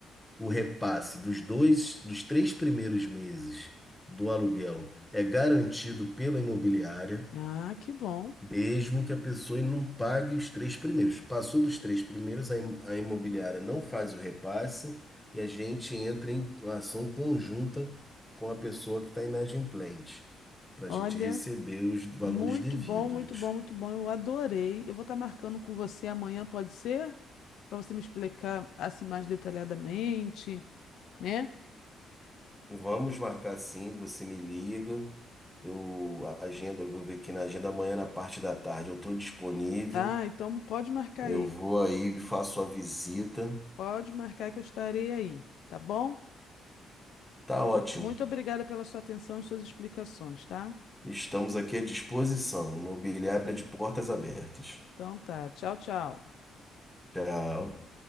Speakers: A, in the centre; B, on the left.
A: O repasse dos dois, dos três primeiros meses do aluguel é garantido pela imobiliária,
B: Ah, que bom.
A: mesmo que a pessoa não pague os três primeiros. Passou dos três primeiros, a im- a imobiliária não faz o repasse e a gente entra em ação conjunta com a pessoa que está inadimplente, para
B: Olha,
A: a gente receber os valores
B: muito
A: devidos.
B: bom, muito bom, muito bom. Eu adorei. Eu vou estar marcando com você amanhã, pode ser? Para você me explicar assim mais detalhadamente, né?
A: Vamos marcar sim, você me liga. Eu a agenda, eu vou ver aqui na agenda amanhã na parte da tarde. Eu estou disponível.
B: Ah, então pode marcar
A: Eu
B: aí.
A: vou aí, faço a visita.
B: Pode marcar que eu estarei aí, tá bom?
A: Tá ótimo.
B: Muito obrigada pela sua atenção e suas explicações, tá?
A: Estamos aqui à disposição. Imobiliária de portas abertas.
B: Então tá. Tchau, tchau.
A: Tchau.